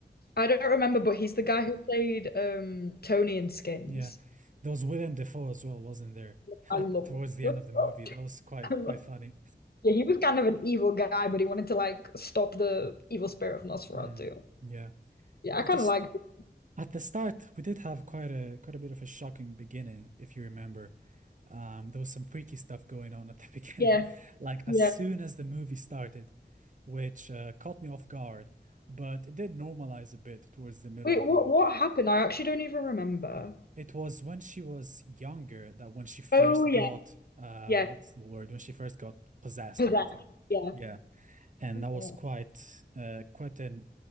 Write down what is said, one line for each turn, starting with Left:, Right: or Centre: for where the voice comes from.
Left: I don't remember, but he's the guy who played um Tony in Skins.
Right: Yeah. There was Willem Dafoe as well, wasn't there? <laughs>
Left: I
Right: At,
Left: love
Right: towards the
Left: it.
Right: end of the movie. That was quite
Left: <laughs>
Right: quite funny.
Left: Yeah, he was kind of an evil guy, but he wanted to like stop the evil spirit of Nosferatu.
Right: Mm, yeah.
Left: Yeah, I
Right: At
Left: kind
Right: the s-
Left: of liked it.
Right: at the start, we did have quite a quite a bit of a shocking beginning, if you remember. Um, there was some freaky stuff going on at the <laughs> beginning.
Left: Yeah,
Right: Like
Left: yeah.
Right: as soon as the movie started, which uh, caught me off guard, but it did normalize a bit towards the middle
Left: Wait,
Right: of
Left: what
Right: the movie.
Left: what happened? I actually don't even remember.
Right: It was when she was younger that when she first
Left: Oh yeah,
Right: got uh
Left: yeah.
Right: what's the word? When she first got possessed
Left: Possessed.
Right: or whatever.
Left: Yeah.
Right: Yeah. and
Left: Okay.
Right: that was quite uh, quite an